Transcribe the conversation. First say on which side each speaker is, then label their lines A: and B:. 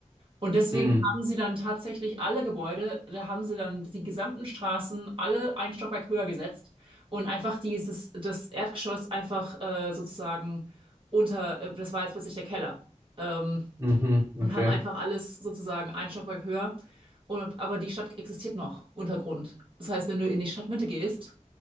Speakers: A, on the right (about 40°); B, on the right (about 20°).
A: Und deswegen
B: Hm.
A: haben sie dann tatsächlich alle Gebäude, da haben sie dann die gesamten Straßen alle ein Stockwerk höher gesetzt und einfach dieses, das Erdgeschoss einfach äh, sozusagen unter, äh, das war jetzt plötzlich der Keller. Ähm,
B: Mhm. Okay.
A: und haben einfach alles sozusagen ein Stockwerk höher. Und, aber die Stadt existiert noch, Untergrund. Das heißt, wenn du in die Stadtmitte gehst